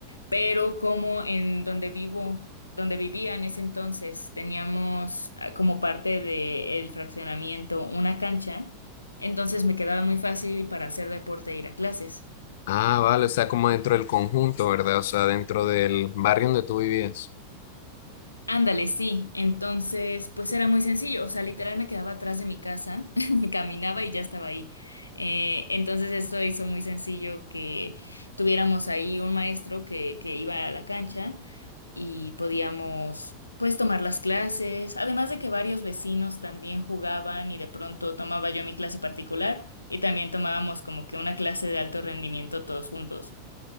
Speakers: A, on the left (about 80°); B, on the left (about 55°).
A: Pero como en donde vivo, donde vivía en ese entonces, teníamos ah, como parte del fraccionamiento una cancha. Entonces me quedaba muy fácil para hacer deporte e ir a clases.
B: Ah, vale, o sea, como dentro del conjunto, ¿verdad? O sea, dentro del barrio donde tú vivías.
A: Ándale, sí. Entonces, pues era muy sencillo. O sea, literal me quedaba atrás de mi casa, <laughs> caminaba y ya estaba ahí. Eh, entonces, esto hizo muy sencillo que tuviéramos ahí un maestro que, que iba a la cancha y podíamos, pues, tomar las clases. Además de que varios vecinos también jugaban y de pronto tomaba yo mi clase particular y también tomábamos como que una clase de alto rendimiento todos juntos.